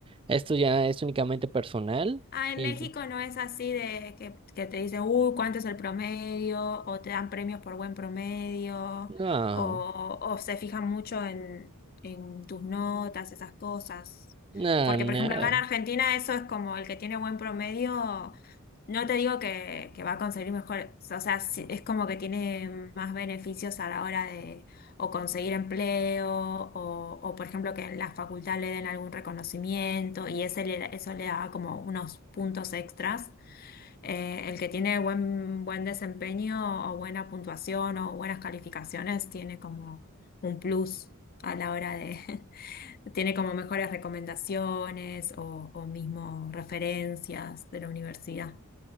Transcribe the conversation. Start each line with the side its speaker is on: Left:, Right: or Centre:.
Right: esto ya es únicamente personal
Left: Ah, en
Right: y
Left: México no es así de que, que te dicen, uy, ¿cuánto es el promedio? O te dan premios por buen promedio,
Right: no,
Left: o, o se fijan mucho en, en tus notas, esas cosas.
Right: no,
Left: Porque,
Right: nada.
Left: por ejemplo, acá en Argentina eso es como el que tiene buen promedio, no te digo que, que va a conseguir mejor, o sea, sí, es como que tiene más beneficios a la hora de o conseguir empleo, o, o, por ejemplo que en la facultad le den algún reconocimiento y ese le da- eso le da como unos puntos extras. Eh, el que tiene buen, buen desempeño o buena puntuación o buenas calificaciones tiene como un plus a la hora de, <laughs> tiene como mejores recomendaciones o, o mismo referencias de la universidad.